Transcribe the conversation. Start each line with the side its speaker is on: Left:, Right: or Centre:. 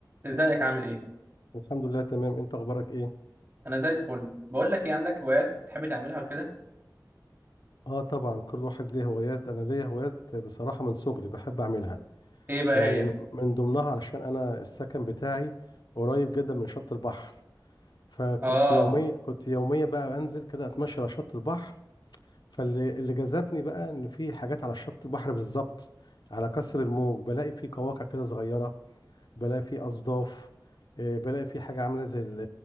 Right: ازيك عامل ايه
Left: الحمد لله تمام انت اخبارك ايه
Right: انا زي الفل بقول لك ايه عندك هوايات بتحب تعملها وكده
Left: اه طبعا كل واحد ليه هوايات انا ليا هوايات بصراحة من صغري بحب اعملها
Right: ايه بقى
Left: يعني
Right: هي
Left: م- من ضمنها علشان انا السكن بتاعي قريب جدا من شط البحر فكنت
Right: اه
Left: يوميا كنت يوميا بقى بنزل كده اتمشى على شط البحر فاللي اللي جذبني بقى ان في حاجات على شط البحر بالظبط على كسر الموج بلاقي في قواقع كده صغيرة بلاقي في اصداف آه، بلاقي في حاجة عاملة زي ال-